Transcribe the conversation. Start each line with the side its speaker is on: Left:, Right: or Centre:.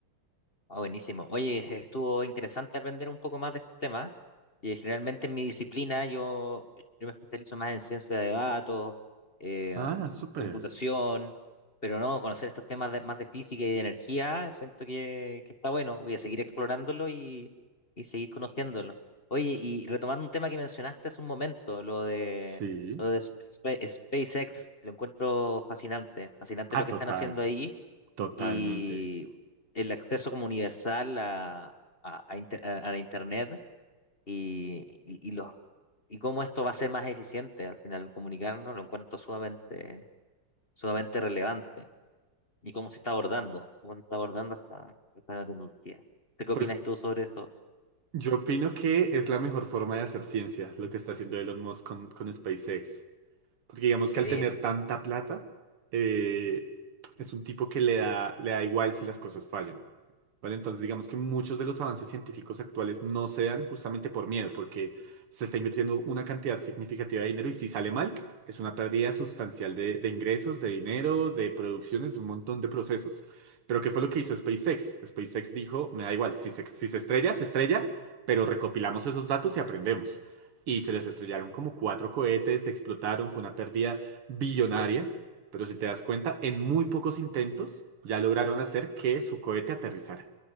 Left: Ah, buenísimo. Oye, estuvo interesante aprender un poco más de este tema. Y generalmente en mi disciplina yo, yo me especializo más en ciencia de datos, eh,
Right: Ah,
Left: mm,
Right: súper.
Left: computación, pero no, conocer estos temas de- más de física y de energía, siento que, que está bueno. Voy a seguir explorándolo y, y seguir conociéndolo. Oye, y retomando un tema que mencionaste hace un momento, lo de,
Right: Sí.
Left: lo de Sp- Sp- SpaceX, lo encuentro fascinante, fascinante
Right: Ah,
Left: lo que
Right: total,
Left: están haciendo ahí
Right: totalmente.
Left: y el acceso como universal a, a, a inter- a- a la Internet y, y, y los, y cómo esto va a ser más eficiente al final comunicarnos, lo encuentro sumamente, sumamente relevante y cómo se está abordando, cómo se está abordando esta, esta nueva tecnología. ¿Tú ¿Qué
Right: Pues
Left: opinas tú sobre esto?
Right: yo opino que es la mejor forma de hacer ciencia, lo que está haciendo Elon Musk con, con SpaceX. Porque digamos
Left: Sí,
Right: que al tener tanta plata, eh, es un tipo que le da, le da igual si las cosas fallan. ¿Vale? Entonces, digamos que muchos de los avances científicos actuales no se dan justamente por miedo, porque se está invirtiendo una cantidad significativa de dinero y si sale mal, es una pérdida sustancial de, de ingresos, de dinero, de producciones, de un montón de procesos. Pero ¿qué fue lo que hizo SpaceX? SpaceX dijo, me da igual, si se, si se estrella, se estrella, pero recopilamos esos datos y aprendemos. Y se les estrellaron como cuatro cohetes, se explotaron, fue una pérdida billonaria. Pero si te das cuenta, en muy pocos intentos ya lograron hacer que su cohete aterrizara.